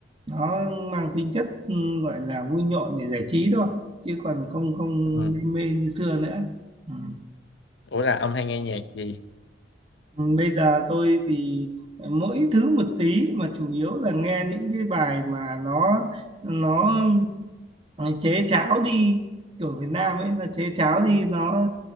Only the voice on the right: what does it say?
nó mang tính chất ừ, gọi là vui nhộn để giải trí thôi chứ còn không không
đam mê như xưa nữa ừ.
Ừ, Bây giờ tôi thì mỗi thứ một tí mà chủ yếu là nghe những cái bài mà nó nó Ờ, chế cháo đi kiểu Việt Nam ấy là chế cháo đi nó